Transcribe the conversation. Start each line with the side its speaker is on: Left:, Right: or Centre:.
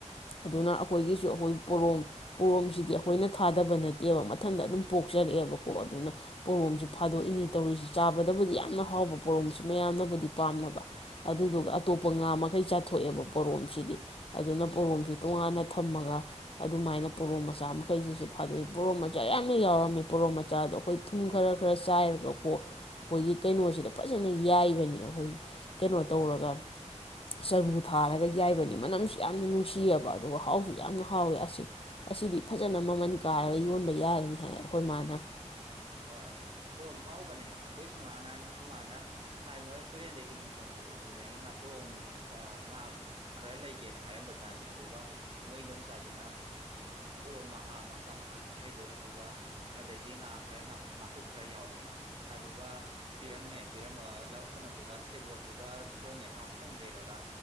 Left: ꯑꯗꯨꯅ ꯑꯩꯈꯣꯏꯒꯤꯁꯨ ꯑꯩꯈꯣꯏ ꯄꯣꯔꯣꯝ ꯄꯣꯔꯣꯝꯁꯤꯗꯤ ꯑꯩꯈꯣꯏꯅ ꯊꯥꯗꯕ ꯅꯠꯇꯦꯕ ꯃꯊꯟꯇ ꯑꯗꯨꯝ ꯄꯣꯛꯆꯔꯛꯑꯦꯕꯀꯣ ꯑꯗꯨꯅ ꯄꯣꯔꯣꯝꯁꯤ ꯐꯥꯗꯣꯛꯏꯅꯤ ꯇꯧꯔꯤꯁꯤ ꯆꯥꯕꯗꯕꯨꯗꯤ ꯌꯥꯝꯅ ꯍꯥꯎꯕ ꯄꯣꯔꯣꯝꯁꯤ ꯃꯌꯥꯝꯅꯕꯨꯗꯤ ꯄꯥꯝꯅꯕ ꯑꯗꯨꯗꯨꯒ ꯑꯇꯣꯞꯄ ꯉꯥ ꯃꯈꯩ ꯆꯥꯊꯣꯛꯑꯦꯕ ꯄꯣꯔꯣꯝꯁꯤꯗꯤ ꯑꯗꯨꯅ ꯄꯣꯔꯣꯝꯁꯤ ꯇꯣꯉꯥꯟꯅ ꯊꯝꯃꯒ ꯑꯗꯨꯃꯥꯏꯅ ꯄꯣꯔꯣꯝ ꯃꯆꯥ ꯃꯈꯩꯁꯤꯁꯨ ꯐꯥꯗꯣꯛꯏ ꯄꯣꯔꯣꯝ ꯃꯆꯥ ꯌꯥꯝꯅ ꯌꯥꯎꯔꯝꯃꯤ ꯄꯣꯔꯣꯝ ꯃꯆꯥꯗꯣ ꯑꯩꯈꯣꯏ ꯊꯨꯝ ꯈꯔ ꯈꯔ ꯆꯥꯏꯔꯒꯀꯣ ꯑꯩꯈꯣꯏꯒꯤ ꯀꯩꯅꯣꯁꯤꯗ ꯐꯖꯅ ꯌꯥꯏꯕꯅꯤ ꯑꯩꯈꯣꯏ ꯀꯩꯅꯣ ꯇꯧꯔꯒ ꯆꯔꯨ ꯊꯥꯔꯒ ꯌꯥꯏꯕꯅꯤ ꯃꯅꯝꯁꯨ ꯌꯥꯝꯅ ꯅꯨꯡꯁꯤꯑꯕ ꯑꯗꯨꯒ ꯍꯥꯎꯁꯨ ꯌꯥꯝꯅ ꯍꯥꯎꯋꯦ ꯑꯁꯤ ꯑꯁꯤꯗꯤ ꯐꯖꯅ ꯃꯃꯜ ꯀꯥꯔꯒ ꯌꯣꯟꯕ ꯌꯥꯔꯅꯤ ꯍꯥꯏ ꯑꯩꯈꯣꯏ ꯃꯥꯅ
Right: ꯍꯣꯏ ꯄꯣꯔꯣꯝ ꯍꯥꯎꯕꯅꯦ ꯑꯩꯈꯣꯏ ꯁꯨ ꯉꯔꯥꯡ ꯅꯍꯥꯟ ꯑꯩꯈꯣꯏ ꯃꯥꯅ ꯍꯥꯏ ꯃꯣꯏ ꯇꯨꯔꯦꯟꯗ ꯏꯟ ꯁꯣꯟꯕꯗꯣ ꯑꯗꯨꯗ ꯉꯥ ꯄꯣꯔꯣꯝ ꯉꯥ ꯈꯔ ꯂꯩꯒꯦꯅ ꯍꯥꯏꯔꯝꯕ ꯖꯥꯠꯅꯤ ꯑꯗꯨꯒ ꯃꯣꯏ ꯏꯗꯣꯝꯆꯥꯗꯨꯅ ꯄꯣꯔꯣꯝ ꯃꯍꯥ ꯃꯆꯥ ꯃꯆꯥ ꯃꯈꯩꯗꯣ ꯑꯗꯨꯒ ꯑꯗꯒꯤ ꯉꯥ ꯈꯔ ꯉꯥꯀꯨꯞ ꯈꯔ ꯌꯥꯎꯔꯛꯑꯦ ꯑꯗꯨꯒ ꯄꯤꯔꯝꯃꯦ ꯄꯤꯔꯝꯃꯒ ꯀꯩꯅꯣꯗꯨꯒ ꯁꯦꯕꯣꯠꯇꯨꯒ ꯊꯣꯡꯉꯦ ꯊꯥꯎ ꯈꯤꯇꯪ ꯌꯩꯔꯒ